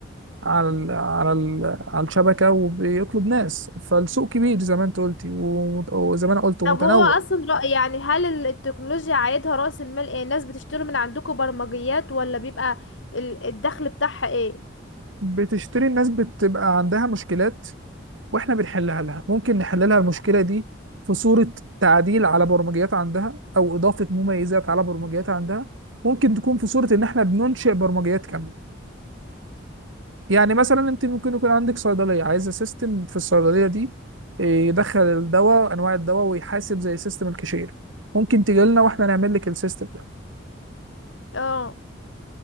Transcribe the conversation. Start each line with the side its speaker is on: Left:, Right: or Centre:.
Right: على ال على ال على الشبكه وبيطلب ناس فالسوق كبير زي ما انت قلتي ومت- وزي ما انا قلت ومتنوع
Left: طب هو اصلا رأي يعني هل ال- التكنولوجيا عايدها رأس المال ايه الناس بتشتري من عندكم برمجيات ولا بيبقى ال- الدخل بتاعها ايه
Right: بتشتري الناس بتبقى عندها مشكلات واحنا بنحلها لها ممكن نحل لها المشكله دي في صوره تعديل على برمجيات عندها او اضافه مميزات على برمجيات عندها ممكن تكون في صوره ان احنا بننشئ برمجيات كامله يعني مثلا انت ممكن يكون عندك صيدليه عايزه سيستم في الصيدليه دي إيه، يدخل الدواء انواع الدواء ويحاسب زي سيستم الكاشير ممكن تجي لنا واحنا نعمل لك السيستم ده
Left: اه